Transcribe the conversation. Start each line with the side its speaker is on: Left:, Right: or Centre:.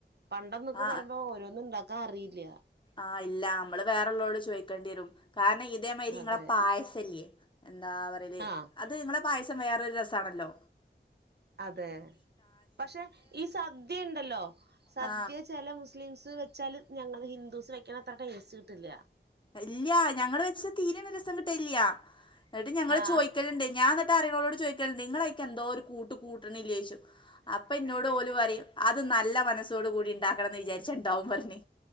Right: പണ്ടെന്നൊക്കെ
Left: ആ
Right: പറയുമ്പോ ഓരോന്നും ണ്ടാക്കാൻ അറിയില്ല
Left: ആഹ് ഇല്ല നമ്മള് വേറെ ഉള്ളോരോട്ചോയക്കേണ്ടി വരും കാരണം ഇതേമാതിരി
Right: അതെ
Left: ഇങ്ങളെ പായസല്ലയേ എന്താ പറയാ
Right: ആ
Left: അത് നിങ്ങളെ പായസം വേറൊരു രസാണല്ലോ
Right: അതെ പക്ഷെ ഈ സദ്യ ണ്ടല്ലോ സദ്യ
Left: ആ
Right: ചില മുസ് സ്ലിംസ് വെച്ചാ ല്ഞങ്ങൾ ഹിന്ദൂസ് വെക്കാണത്ര ടേസ്റ്റ് കിട്ടില്ല
Left: ഇല്ല ഞങ്ങള് വെച്ച തീരെ രസം കിട്ടില്യ എന്നിട്ട് ഞങ്ങള്
Right: ആ
Left: ചോദിക്കലുണ്ട് ഞാൻ ന്നിട്ട് അറിയോ ഓളോട് ചോദിക്കലുണ്ട് നിങ്ങളായിക്ക് എന്തോ ഒരു കൂട്ട് കൂട്ടണ് ഇല്ലേച്ചു അപ്പൊ എന്നോട് ഒര് പറയും അത് നല്ല മനസ്സോടു കൂടി ണ്ടാക്കണം എന്ന് വിചാരിച്ചാ ണ്ടാവും പറഞ്ഞ്